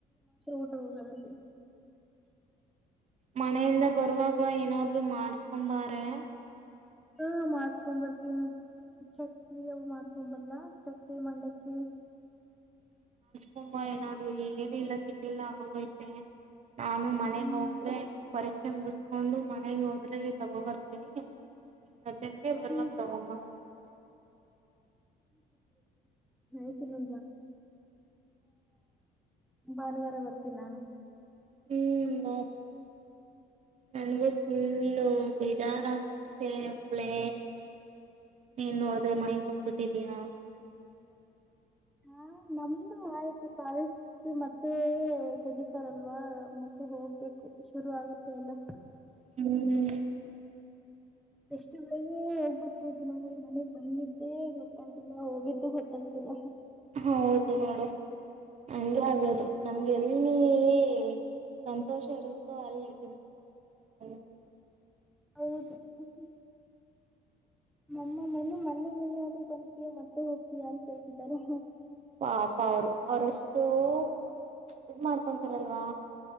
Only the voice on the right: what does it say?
ಮನೆ ಇಂದ ಬರೋವಾಗ ಏನ್ ಅದ್ರೂ ಮಾಡ್ಸ್ಕೊಂಡು ಬಾರೆ
ತುಂಬಾ ಏನಾದ್ರು <unintelligible> ನಾನು ಮನೆಗೆ
ಹೋದ್ರೆ ಪರಿ ಮುಗುಸ್ಕೊಂಡು ಮನೆಗೆ ಹೋದ್ರೆ ತಗೋಬರ್ತೀನಿ ಅದನ್ನೇ ಬರುವಾಗ
ಬಗೊಂಡ್ ಬಾ <unintelligible>
ಸರಿ ಬನ್ನಿ ನನಗೂ ಫುಲ್ಲು ಉ ಬೇಜಾರಾಗ್ತಿದೆ ಒಬ್ಳೆ ನೀನೋಡದ್ರೆ ಮನೆಗೊಗ್ಬಿಟ್ಟಿದೀಯಾ
ಹ್ಮ್
ಹಾ ಹೌದು ನೋಡು ಹಂಗೆ ಆಗೋದು ನಂಗೆಲ್ಲಿ ಈ... ಸಂತೋಷ ಇರುತ್ತೋ ಅಲ್ಲಿ <unintelligible>
ಪಾಪಾ ಅವ್ರು ಅವ್ರಷ್ಟು ಚ್ ಇದು ಮಾಡ್ಕೊಂತಾವ್ರೆ ಅಲ್ವಾ.